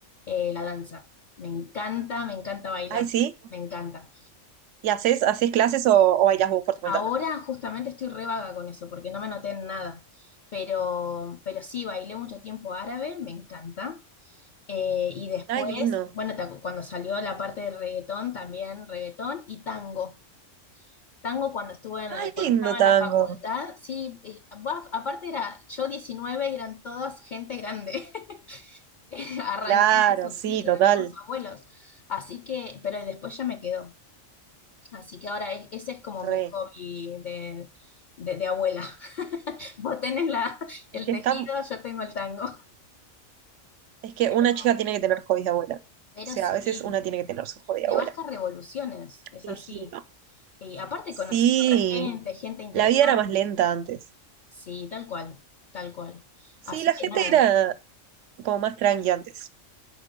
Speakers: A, on the left; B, on the right.
A: eh, la danza. Me encanta, me encanta bailar,
B: Ay, sí.
A: me encanta.
B: ¿Y haces, haces clases o, o bailás vos por tu cuenta?
A: Ahora justamente estoy re vaga con eso, porque no me anoté en nada. Pero, pero sí, bailé mucho tiempo árabe, me encanta. Eh, y después,
B: Ay, qué lindo.
A: bueno, te acu- cuando salió la parte de reggaetón, también reggaetón y tango. Tango cuando estuve en,
B: Ay,
A: eh, cuando
B: qué lindo
A: estaba
B: tango.
A: en la facultad, sí, eh, buaf, aparte era yo 19 y eran todas gente grande. <laughs> Arranqué
B: Claro,
A: eso,
B: sí,
A: sí,
B: total.
A: eran todos abuelos. Así que, pero después ya me quedó. Así que ahora es- ese es como mi
B: Re.
A: hobby de, de de abuela. Vos tenés la, el
B: Es que
A: tejido,
B: está,
A: yo tengo el tango.
B: Es que
A: Pero,
B: una chica tiene que tener hobbies de abuela. O
A: pero
B: sea,
A: sí,
B: a veces una tiene que tener su hobby de
A: te
B: abuela.
A: vas a revoluciones, es
B: Elegirlo.
A: así. Y aparte
B: Sí,
A: conoces otra gente, gente interesante.
B: la vida era más lenta antes.
A: Sí, tal cual, tal cual.
B: Sí,
A: Así
B: la
A: que
B: gente
A: nada.
B: era como más tranqui antes.